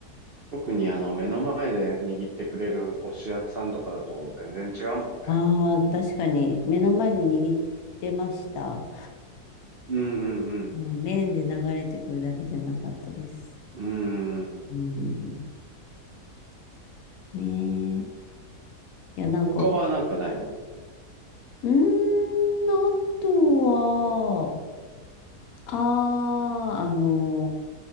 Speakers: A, on the right (about 65°); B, on the left (about 70°).
A: 特にあの、目の前で握ってくれるお寿司屋さんとかだと全然違うもんね。
B: ああ、確かに目の前で握ってました。
A: うんうん
B: うん、レーンで流れてくるだけじゃなかったです。
A: うん。うん。
B: うん。ねえ。いや、なんか、
A: 他はなんかないの
B: うーん、あとは、ああ、あの、